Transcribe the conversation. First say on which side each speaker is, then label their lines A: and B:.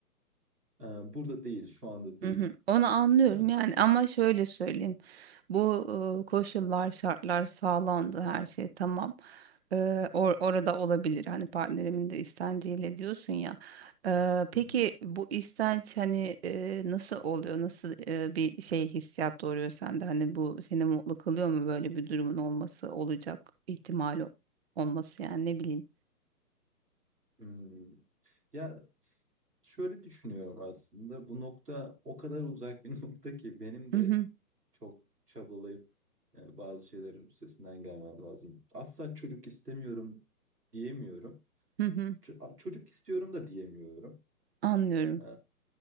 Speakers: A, on the right; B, on the right.
A: e, burada değil, şu anda
B: Hı
A: değil.
B: hı, Onu anlıyorum
A: E,
B: yani ama şöyle söyleyeyim. Bu e, koşullar, şartlar sağlandı her şey tamam. E, or- orada olabilir hani partnerimin de istenciyle diyorsun ya. E, peki
A: <laughs>
B: bu istenç hani e, nasıl oluyor? Nasıl e, bir şey hissiyat doğuruyor sende? Hani bu seni mutlu kılıyor mu böyle bir durumun olması olacak ihtimali olması yani ne bileyim.
A: hmm. Ya şöyle düşünüyorum aslında bu nokta o kadar uzak bir <laughs> nokta ki benim de
B: Hı hı,
A: çok çabalayıp e, bazı şeylerin üstesinden gelmem lazım. Asla çocuk istemiyorum diyemiyorum.
B: hı hı,
A: Ço- a- Çocuk istiyorum da diyemiyorum.
B: Anlıyorum.
A: Ee,